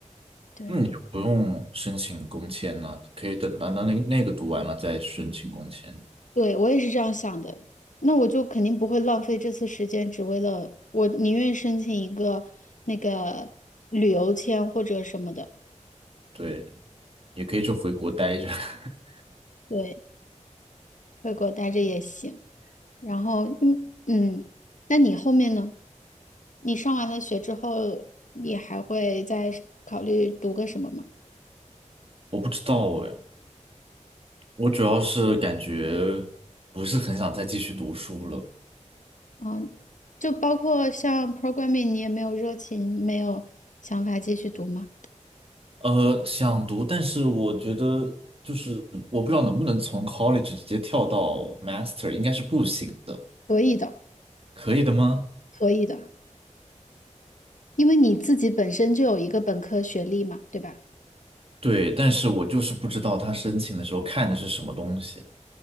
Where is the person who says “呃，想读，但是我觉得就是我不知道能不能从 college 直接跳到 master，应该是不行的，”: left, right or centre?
Right